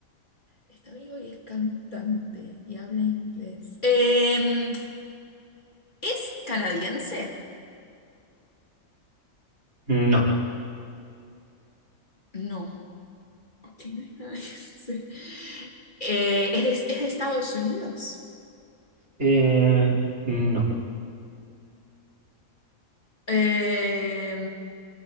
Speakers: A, on the left (about 35°); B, on the right (about 50°).
A: Está vivo y es cantante y habla inglés. Eh, ¿es canadiense?
B: No.
A: No, ok, <laughs> no es canadiense. Eh, es de, es de Estados Unidos.
B: Eh, no.
A: Eh,